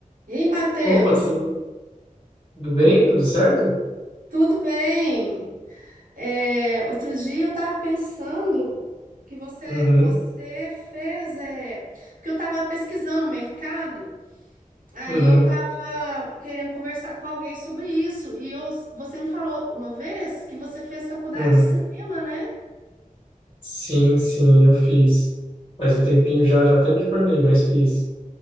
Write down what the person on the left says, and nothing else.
Opa, tudo, tudo bem? Tudo certo?
Uhum,
uhum,
uhum.
Sim, sim, eu fiz. Faz um tempinho já, já até me formei, mas fiz.